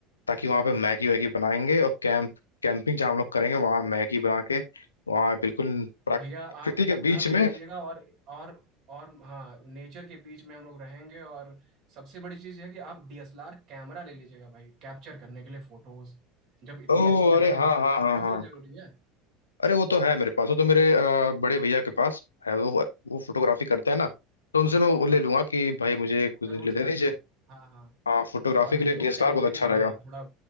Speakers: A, on the left (about 80°); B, on the right (about 50°).
A: ताकि वहाँ पे मैगी वैगी बनाएंगे और कैंप कैंपिंग जहाँ हम लोग करेंगे वहाँ मैगी बना के वहाँ बिल्कुल प्राकृति
B: भैया आप
A: के
B: चूल्हा
A: बीच
B: भी
A: में
B: ले लीजिएगा और और और हाँ नेचर के बीच में हम लोग रहेंगे और सबसे बड़ी चीज़ यह है कि आप डीएसएलआर कैमरा ले लीजिएगा भाई कैप्चर करने के लिए फोटोज जब इतनी
A: ओह
B: अच्छी जगह
A: अरे
B: जा
A: हाँ
B: रहे
A: हाँ
B: हैं
A: हाँ
B: तो फोटोज
A: हाँ
B: भी जरूरी है
A: अरे वो तो है मेरे पास वो तो मेरे अ, बड़े भैया के पास है वो वो फोटोग्राफी करते हैं ना तो उनसे मैं वो ले लूंगा कि भाई मुझे कुछ
B: जरूर
A: दिन के
B: से
A: लिए
B: भैया
A: दे दीजिए
B: हाँ हाँ
A: हाँ फोटोग्राफी
B: और हम
A: के लिए
B: लोग
A: डीएसएलआर
B: कैंपिंग
A: बहुत अच्छा
B: हाँ
A: रहेगा
B: थोड़ा